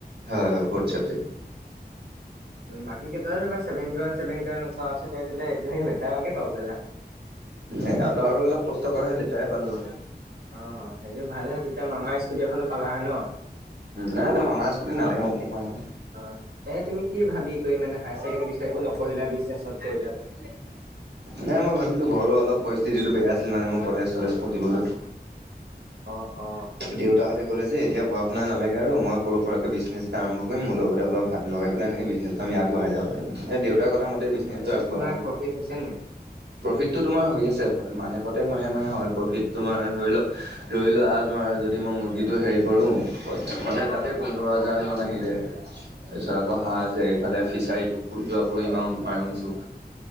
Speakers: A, on the right (about 85°); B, on the right (about 65°).
A: হয় হয়, ফ'ৰ্ট চাবজেক্ট।
B: বাকী কেইটা তোমাৰ ছেভেনটি ওৱান ছেভেনটি ওৱান ওচৰা ওচৰি পাইছিলে এইটো সেই লেটাৰ মাৰ্কে পাব
A: এ আৰু অলপ কষ্ট কৰাহে লেতাৰে পালো আৰু।
B: অ সেইটো ভালেই, তেতিয়া মামাৰ স্কুটি এখনো পালা হয়ে ন।
A: নাই নাই মামাৰ স্কুতি নালাগে মোক।
B: অ, এ তুমি কি ভাবি কৰি মানে হায়াৰ ছেকেণ্ডাৰী দিছা? একো নপঢ়িলা বিজনেছত কৰিলা যে? ে <unintelligible>
A: নাই মই ভাবিলো ঘৰৰ অলপ পৰিস্থিতিটো বেয়া আছিল মানে মোৰ কলেজ' চলেজ পঢ়িবলৈ।
B: অ অ,
A: দেউতাহঁতে ক'লে যে এতিয়া পঢ় শুনা দেউতা হঁতে কলে যে এতিয়া বয়স নাই আৰু মই সৰু-সুৰাকে বিজনেছ এটা আৰম্ভ কৰিম, মোৰ লগতে অলপ হাত লগাই পেলাই এনেকে বি আমি আগবঢ়াই যাব পাৰিম, দেউতাৰ কথা মতেই বিজনেছটো
B: অ এইটো
A: আগবঢ়াই
B: প্ৰফিট হৈছে নাই?
A: প্ৰফিটটো তোমাৰ হৈ আছে, মাহে প্ৰত্যেক মাহে মাহে হয়। প্ৰফিট তোমাৰ ধৰি লওক ধৰি লোৱা তোমাৰ যদি মই মুৰ্গীটো হেৰি কৰোঁ মানে তাতে পোন্ধৰ হাজাৰ মানে আহি যায়। তাৰপিছত আকৌ
B: অ
A: হাঁহ আছে, এইফালে ফিছাৰীটো ফুত যোৱাব ইমান মাৰি উছোঁ।